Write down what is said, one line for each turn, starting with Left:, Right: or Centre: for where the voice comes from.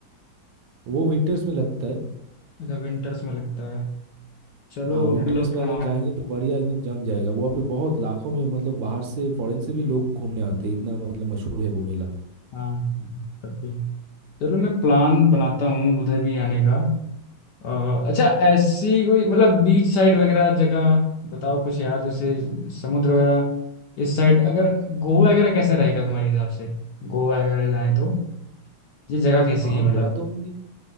Right: वो विंटर्स में लगता है
Left: अच्छा विंटर्स में लगता है चलो
Right: हाँ विंटर्स
Left: मतलब
Right: में
Left: हाँ
Right: अगर जाएंगे तो बढ़िया एकदम जम जाएगा वहाँ पे बहुत लाखों में मतलब बाहर से फॉरेन से भी लोग घूमने आते हैं इतना मतलब मशहूर है वो मेला
Left: हाँ तब भी चलो मैं प्लान बनाता हूँ उधर भी आने का अ, अच्छा ऐसी कोई मतलब बीच साइड वगैरह जगह बताओ कुछ यार जैसे समुद्र वगैरह इस साइड अगर गोवा वगैरह कैसा रहेगा तुम्हारे हिसाब से गोवा वगैरह जाए तो ये जगह कैसी
Right: हाँ
Left: है
Right: गोवा
Left: मतलब
Right: तो मैंने